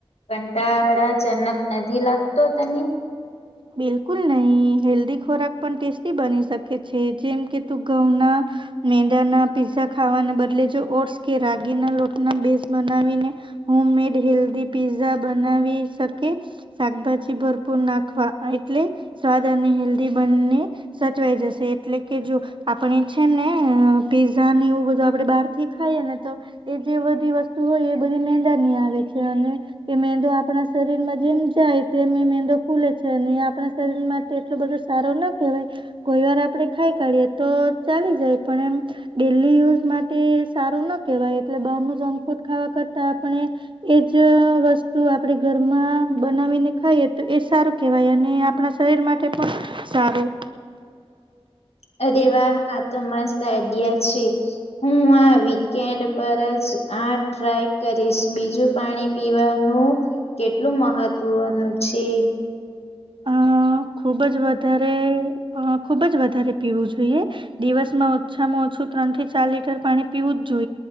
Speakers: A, on the left; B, on the right.
A: કંટાળાજનક નથી લાગતો તને
B: બિલકુલ નહી હેલ્ધી ખોરાક પણ ટેસ્ટી બની શકે છે જેમ કે તું ઘઉંના મેંદા ના પીઝા ખાવાને બદલે જો ઓટ્સ કે રાગીના લોટના બેઝ બનાવીને હોમ મેડ હેલ્ધી પિઝા બનાવી શકે શાકભાજી ભરપૂર નાખવા એટલે સ્વાદ અને હેલ્ધી બંને સચવાઈ જશે એટલે કે જો આપણે છે ને ને પીઝા ની એવું બધું આપડે બહાર થી ખાઈએ ને તો એ જે બધી વસ્તુ હોય એ બધી ંદની આવે છે અને એ મેંદો આપણા શરીર માં જેમ જાય તેમ એ મેંદો ખુલે છે અને આપણા શરીર માટે એટલો બધો સારો ના કવાય કોઈ વાર આપડે ખાઈ કાઢીયએ તો જ ડેય માટે સારું ન કવાય એટલે બાર ન જક ફૂડ ખાવા આપણે એજ વસ્તુ આપણેે ઘરમાં બનાવીને ખાઈએ તો એ સારું કેવાય અને આપણા શરીર માટે પણ સારું
A: અરેેવા આ તોસ્ આઈડિયા છે હું આ વીકેન્ડ પર જ આ ટ્રાય કરીશ બીજું પાણી પીવાનું કેટલું મહત્વનું છે છે
B: હ ખબ જ વધ ખુબ જ વધારે પીવું જોઈએ દિવસમાં ઓછામાં ત્રણ થી ચાર લીટર પાણી પીવું જ